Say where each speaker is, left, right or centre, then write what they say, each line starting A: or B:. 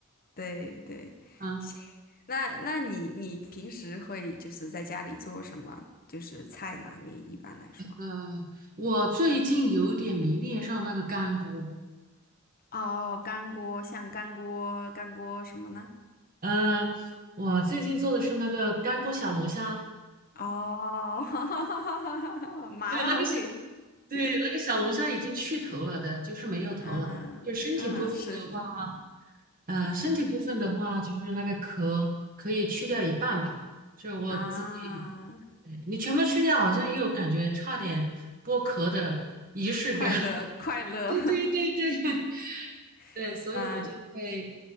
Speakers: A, on the left (about 45°); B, on the right (about 40°).
A: 对对，
B: 啊，
A: 行。那那你你平时会就是在家里做什么就是菜呢？你一般来说？
B: 呃，我最近有点迷恋上那个干锅，
A: 哦，干锅，像干锅，干锅什么呢？
B: 呃，我最近做的是那个干锅小龙虾，
A: 哦，<laughs> 麻辣味，
B: 对，那个小，对，那个小龙虾已经去头了的，就是没有头了。
A: 嗯嗯是，
B: 就身体部分的话，
A: 是
B: 呃，
A: 嗯
B: 身体部分的话，就是那个壳可以去掉一半吧，就是我自己，
A: 啊，
B: 对你全部去掉，好像又感觉差点剥壳的仪式感。
A: 快乐快乐，
B: <laughs> 对对对对 <laughs> 对，
A: <laughs>
B: 所以我就会，
A: 嗯